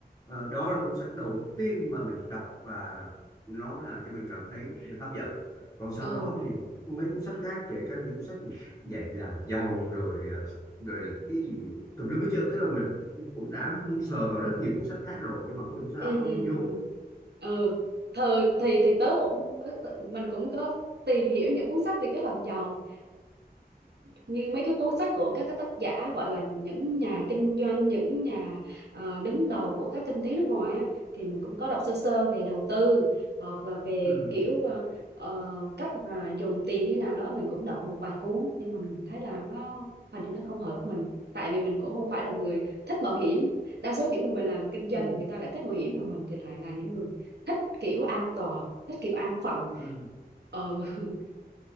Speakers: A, on the left; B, on the right.
A: ờ, đó là cuốn sách đầu tiên mà mình đọc và nó làm cho mình cảm thấy hấp dẫn còn sau
B: ừ
A: đó thì mấy cuốn sách khác kể cả những cuốn sách dạy làm giàu rồi ờ, rồi cái gì tùm lum hết trơn tức là mình cũng đã sờ vào rất nhiều cuốn sách khác rồi nhưng mà không cũng sao
B: ừ
A: đọc nó
B: ừ
A: không vô
B: ừ ừ thời thì thì tớ cũng tớ, tớ- mình cũng có tìm hiểu những cuốn sách về cách làm giàu như mấy cái cuốn sách của các cái tác giả gọi là những nhà kinh doanh những nhà ờ, đứng đầu của các kinh tế nước ngoài á, thì mình cũng có đọc sơ sơ về đầu tư hoặc là về
A: ừ,
B: kiểu ờ, ờ, cách mà dùng tiền như thế nào đó mình cũng đọc một vài cuốn nhưng mình thấy là nó hình như nó không hợp với mình tại vì mình cũng không phải là người thích mạo hiểm đa số những người mà làm kinh doanh
A: ừ,
B: thì người ta lại thích mạo hiểm mà mình thì lại là những người thích kiểu an toàn thích kiểu an phận
A: ừ.
B: ờ <laughs>